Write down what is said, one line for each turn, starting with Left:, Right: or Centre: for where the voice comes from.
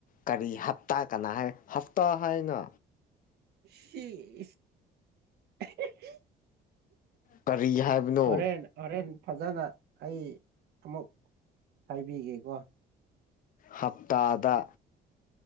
Left: ꯀꯔꯤ ꯍꯞꯇꯥ ꯀꯅꯥ ꯍꯥꯏ ꯍꯞꯇꯥ ꯍꯥꯏꯅ
Right: ꯁꯤ <unintelligible>
Left: ꯀꯔꯤ ꯍꯥꯏꯕꯅꯣ꯫
Right: ꯍꯣꯔꯦꯟ ꯍꯣꯔꯦꯟ ꯐꯖꯅ ꯑꯩ ꯑꯃꯨꯛ ꯍꯥꯏꯕꯤꯒꯦꯀꯣ꯫
Left: ꯍꯞꯇꯥꯗ꯫